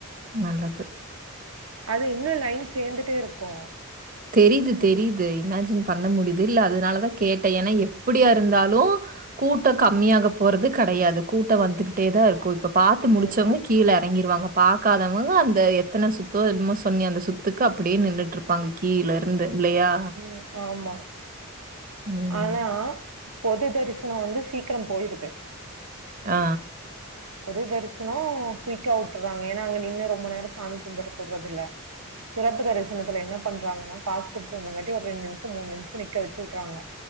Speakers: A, on the right (about 40°); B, on the right (about 70°).
A: நல்லது
B: அது இன்னு லைன் சேந்துட்டே இருக்கு
A: தெரிது தெரிது இமேஜின் பண்ண முடியுது இல்ல அதனாலதா கேட்டே ஏனா எப்படியா இருந்தாலு கூட்டோ கம்மியாக போறது கெடையாது கூட்டோ வந்துக்கிட்டேதா இருக்கு இப்ப பாத்து முடிச்சவங்க
B: ஆமா,
A: கீழே எறங்கிருவாங்க பாக்காதவங்க அந்த எத்தன சுத்தோ என்னமோ சொன்னியே அந்த சுத்துக்கு அப்படியே நின்னுட்டு இருப்பாங்க கீழருந்து இல்லையா
B: எ ஆமா
A: ம்.
B: ஆனா பொது தரிசனோ வந்து சீக்கிரம் போயிருது
A: ஆ
B: பொது தரிசனோ குயிக்கா வுட்டுறாங்க ஏனா அங்க நின்னு ரொம்ப நேரோ சாமி கும்புடுறக்கு உடுறதுல்ல சிறப்பு தரிசனத்துல என்ன பண்றாங்கன்னா காசு குடுத்து வந்தங்காட்டி ஒரு ரெண்டு நிமிஷோ மூணு நிமிஷோ நிக்க வச்சு வுட்டுறாங்க